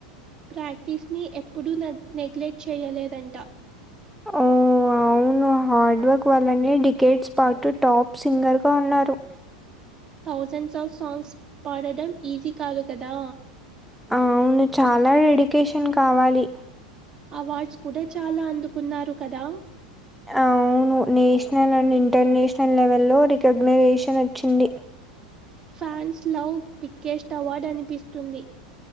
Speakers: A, on the right; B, in the centre.
A: ప్రాక్టీస్ ని ఎప్పుడూ నగ్ నెగ్లెక్ట్ చేయలేదంట
B: ఓ అ వును హార్డ్ వర్క్ వల్లనే డికెట్స్ పాటు టాప్ సింగర్ గా ఉన్నారు
A: థౌసెండ్స్ ఆఫ్ సాంగ్స్ పాడడం ఈజీ కాదు కదా
B: అవును చాలా డెడికేషన్ కావాలి
A: అవార్డ్స్ కూడా చాలా అందుకున్నారు కదా
B: అవును నేషనల్ అండ్ ఇంటర్నేషనల్ లెవల్లో రికాగ్నేషన్ వచ్చింది
A: ఫ్యాన్స్ లవ్ బిగ్గెస్ట్ అవార్డు అనిపిస్తుంది